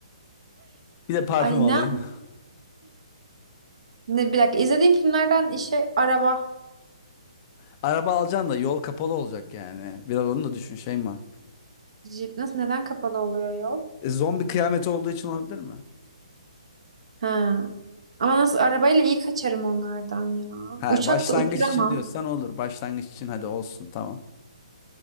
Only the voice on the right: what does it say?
Ay ne
ne bir dakika izlediğim filmlerden işe araba,
jip nasıl neden kapalı oluyor yol?
Ha. Ama nasıl arabayla iyi kaçarım onlardan ya.
Uçak
da uçuramam.